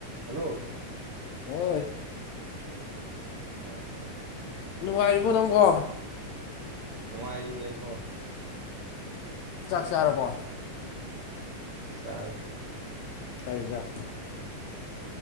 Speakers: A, on the right; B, on the left.
A: hello
B: ꯍꯣꯏ
A: ꯑ
B: ꯅꯨꯡꯉꯥꯏꯔꯤꯕꯣ ꯅꯪꯕꯣ
A: ꯅꯨꯡꯉꯥꯏꯔꯤꯌꯦꯁꯨꯣ
B: ꯆꯥꯛ ꯆꯥꯔꯕꯣ
A: ꯁꯔꯦ
B: ꯀꯗ